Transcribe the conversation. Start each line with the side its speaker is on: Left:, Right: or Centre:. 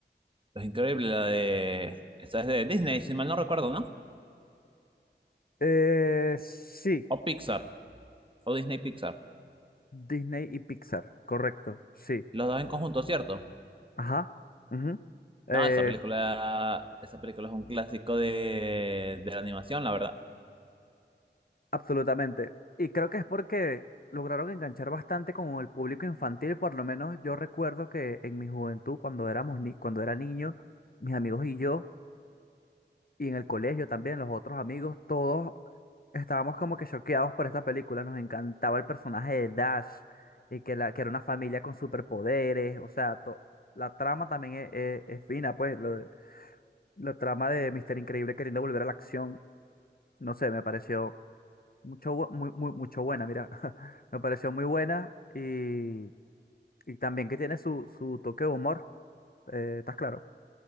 Right: es increíble la de... Esta es de Disney, si mal no recuerdo, ¿no?
Left: Eh, sí,
Right: O Pixar, o Disney Pixar.
Left: Disney y Pixar, correcto, sí.
Right: Los dos en conjunto, ¿cierto?
Left: Ajá. ujú. Eh,
Right: No, esa película, esa película es un clásico de, de la animación, la verdad.
Left: Absolutamente. Y creo que es porque lograron enganchar bastante con el público infantil, por lo menos yo recuerdo que en mi juventud, cuando éramos ni cuando era niño, mis amigos y yo, y en el colegio también, los otros amigos, todos estábamos como que choqueados por esta película. Nos encantaba el personaje de Dash y que, la, que era una familia con superpoderes. O sea, to- la trama también es, es- es fina, pues, lo- la trama de Mister Increíble queriendo volver a la acción. No sé, me pareció. Mucho, bu- muy, muy- mucho buena, mira. <laughs> Me pareció muy buena y, y también que tiene su, su toque de humor. eh, ¿estás claro?